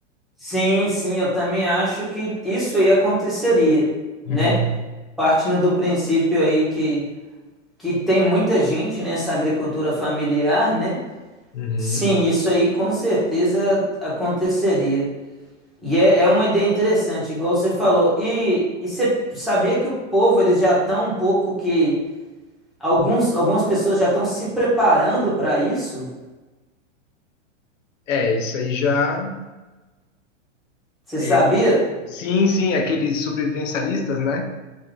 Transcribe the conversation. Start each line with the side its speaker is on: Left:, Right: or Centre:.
Centre: sim, sim, eu também acho que isso aí aconteceria, né?
Left: Uhum,
Centre: Partindo do princípio aí que, que tem muita gente nessa agricultura familiar, né?
Left: uhum.
Centre: Sim, isso aí com certeza aconteceria. E é, é uma ideia interessante, igual você falou. E, e você sabia que o povo, eles já estão um pouco que. Alguns, algumas pessoas já estão se preparando para isso?
Left: É, isso aí já.
Centre: Você
Left: é,
Centre: sabia?
Left: sim, sim, aqueles sobrevivencialistas, né?